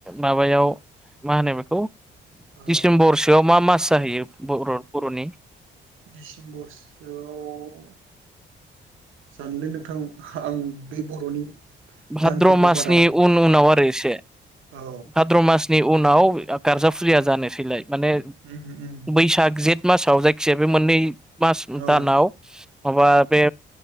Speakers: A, in the centre; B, on the right.
A: माबायाव मा होनो बेखौ
B: ओ
A: डिसेम्बरसोआव मा मास जाहैयो बर बर'नि
B: डिसेम्बरसोआव जानलै नोंथां आं बे बर'नि
A: भाद्र
B: दानफोरखौ
A: मासनि
B: बारा
A: उन उनाव आरो एसे
B: औ
A: भाद्र मासनि उनाव गारजाफुरिया जानोसैलाय माने
B: उम उम
A: बैसाग जेठ मासाव जायखिजाया बे मोननै मास
B: औ
A: दानाव माबा बे